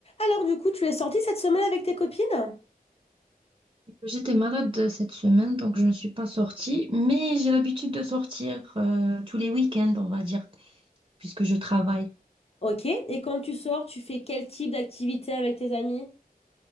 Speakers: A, on the left; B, on the right.
A: Alors du coup, tu es sortie cette semaine avec tes copines?
B: J'étais malade euh, cette semaine, donc je ne suis pas sortie, mais j'ai l'habitude de sortir euh, tous les week-ends, on va dire, puisque je travaille.
A: Ok. Et quand tu sors, tu fais quel type d'activité avec tes amis?